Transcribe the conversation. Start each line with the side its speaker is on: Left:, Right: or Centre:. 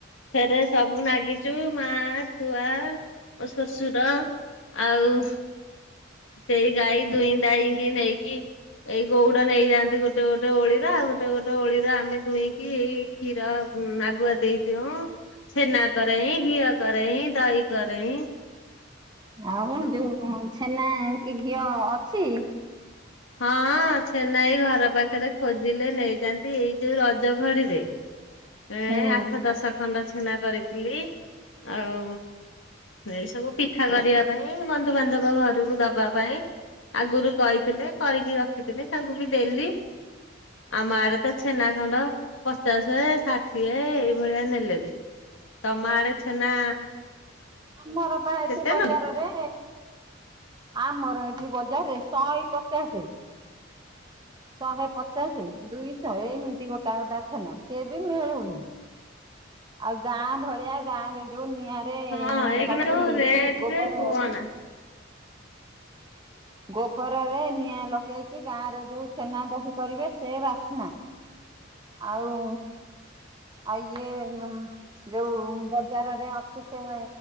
Left: ଫରେ ସବୁ ନାଗିଛୁ ମା ଛୁଆ ଓ ଶ୍ୱଶୁର ଆଉ ସେଇ ଗଈ ଧୋଇଇ ଦାଇ କିି ନଁକି ଏଇ ଗଉଡ ନେଇଯାଆନ୍ତି ଗୋଟେ ଗୋଟେ ଓଳିର ଗୋଟେ ଗୋଟେ ଓଳିରେ ଆମେ ଦୁହିଁକି ଏଇ କ୍ଷୀର ହୁଁ ଆଗୁଆ ଦେଇଦଉ ଛେନା କରାଇ ଘିଅ କରରୋଇ ଦହି କରରୋଇ।
Right: ଆଉ ଯୋଉ ଛେନା କି ଘିଅ ଅଛି।
Left: ହଁ ଚେନାଇ ଘର ପାଖରେ ଖୋଜିଲେ ନେଇଯାଆନ୍ତି ଏଇ ଯୋଉ ରଜଘଡିରେ ଏଁ
Right: ହୁଁ
Left: ଆଠ ଦଶ ଖଣ୍ଡ ଛେନା କରିଥିଲି ଆଉ। ଏଇ ସବୁ ପିଠା କରିବା ପାଇଁ ବନ୍ଧୁବାନ୍ଧବ ଘରକୁ ଦବା ପାଇଁ। ଆଗରୁ କହିଥିଲେ କରିକି ରଖିଥିଲେ ତାଙ୍କୁ ବି ଦେଲି ଆମାରେ ତ ଛେନା ଖଣ୍ଡ ପଚାଶ ସାଠି ଏ ଏଇଭଳିଆ ନେଲେରି ତମ ଆଡେ ଛେନା
Right: ମୋର ପା ଏଠି
Left: କେତେ
Right: ବଜାରରେ
Left: ନଉଚି?
Right: ଆମର ଏଠି ବଜାରରେ ଶହେ ପଚାଶ ଶହେ ପଚାଶ ଦୁଇଶ ଏମିତି ଗୋଟା ଗୋଟା ଛେନା ସିଏ ବି ମିଳୁନି। ଆଉ ଗାଁ ଭଳିଆ ଗାଁ ରେ ଯୋଉ ନି। ଗଁ ରେ
Left: ହଁ ଏଇଖିଣା
Right: ଘଷି
Left: ଯୋଉ ରେଟ
Right: ଗୋବର
Left: ଯେ କୁହନା
Right: ଗୋବରରେ ନିଆଁ ଲଗେଇକି ଗାଁ ରେ ଯୋଉ ଛେନା ଦହି କରିବେ ସେ ବାସ୍ନା ଆଉ ଆଉ ଇଏ ଯୋଉ ବଜାରରେ ଅଛି ସେ